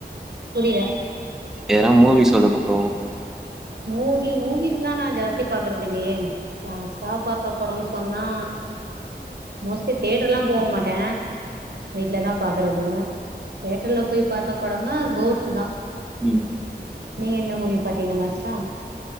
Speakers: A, on the right; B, in the centre.
A: புரில
B: ஏதனா மூவி சொல்லுங்க ப்ரோ
A: மூவி மூவிஸ்லா நா ஜாஸ்தி பாக்குறது இல்லையே லாஸ்டா பாத்த படம்னு சொன்னா மோஸ்ட்லி தியேட்டர்லா போ மாட்டே வீட்லதா பாக்குறது தியேட்டர்ல போய் பாத்த படம்னா கோட்டு தா
B: ம்ம்
A: நீங்க என்ன மூவி பாத்தீங்க லாஸ்ட்டா